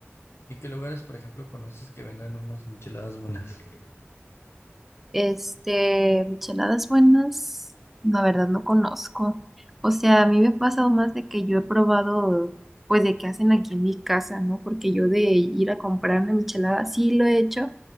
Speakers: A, on the left; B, in the centre.
A: ¿Y qué lugares, por ejemplo, conoces que vendan unas micheladas buenas?
B: Este, micheladas buenas, la verdad no conozco. O sea, a mí me ha pasado más de que yo he probado, pues de que hacen aquí en mi casa, ¿no? Porque yo de ir a comprar una michelada sí lo he hecho,